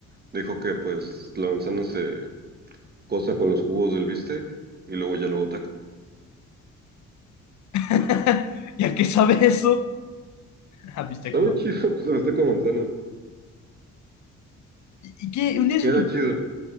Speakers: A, on the right; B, on the left.
A: dejo que pues la manzana se cosa con los jugos del bistec y luego ya luego taco.
B: <laughs> ¿Y a qué sabe eso? <laughs> A bistec
A: Sabe
B: con manzana.
A: chido, <laughs> pues el bistec con manzana.
B: ¿Y, y qué? Un día se
A: Queda
B: te
A: chido.